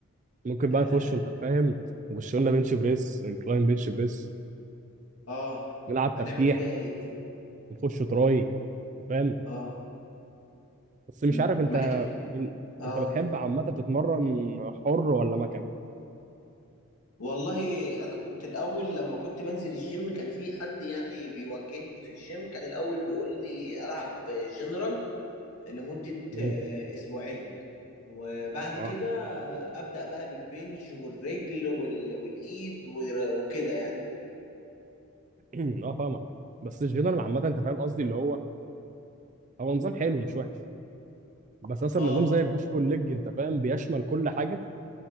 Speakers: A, on the right (about 35°); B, on the left (about 85°).
A: ممكن بقى
B: اه
A: نخش انت فاهم نخش لنا بنش بريس انكلاين بنش بريس
B: آه.
A: نلعب تفتيح
B: هنعمل فيها ايه دي
A: نخش تراي انت فاهم
B: اه
A: بس مش
B: امم
A: عارف انت
B: ما-
A: إن...
B: اه
A: انت بتحب عامه تتمرن حر ولا مكن
B: والله انا كنت الاول لما كنت بنزل الجيم كان في حد يعني بيوجهني في الجيم كان الاول بيقول لي العب جنرال لمدة
A: امم
B: آه، اسبوعين وبعد
A: اه
B: كده آه، ابدا بقى بالبنج والرجل وال... والايد و- وكده يعني
A: <clears throat> اه فاهمك بس الجنرال عامه انت فاهم قصدي اللي هو هو نظام حلو مش وحش بس مثلا
B: اه
A: نظام زي البوش بول ليج انت فاهم بيشمل كل حاجه